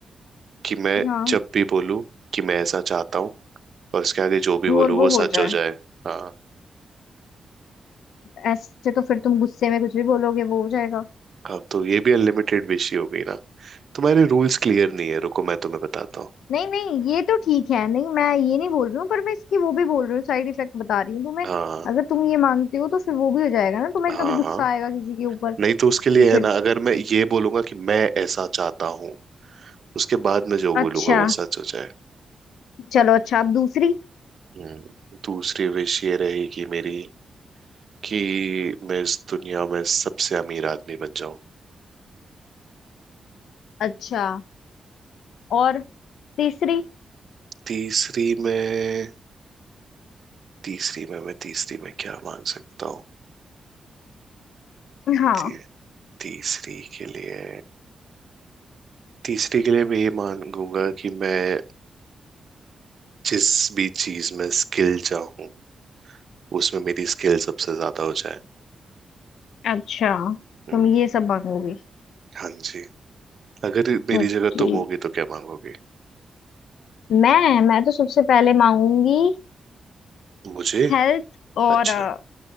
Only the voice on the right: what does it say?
कि मैं
जब भी बोलूँ कि मैं ऐसा चाहता हूँ और उसके आगे जो भी
बोलूँ
वो
सच
हो जाए हाँ
हाँ तो ये भी अनलिमिटेड विश ही हो गई ना तुम्हारे रूल्स क्लियर नहीं है रुको मैं तुम्हें बताता हूँ
हाँ
हाँ
हाँ
नहीं तो उसके
लिए
है ना अगर मैं ये बोलूंगा कि मैं ऐसा चाहता हूँ उसके बाद मैं जो बोलूंगा
वो सच हो जाए
हम्म, दूसरी विश ये रहेगी मेरी कि मैं इस दुनिया में सबसे अमीर आदमी बन जाऊं
तीसरी में तीसरी में मैं तीसरी में क्या मांग सकता हूँ
ती, तीसरी के लिए तीसरी के लिए मैं ये मांगूंगा कि मैं जिस भी चीज में स्किल चाहूँ उसमें मेरी स्किल सबसे ज्यादा हो जाए
हम्म।
हाँ जी अगर मेरी
जगह तुम होगी तो क्या मांगोगे
मुझे
अच्छा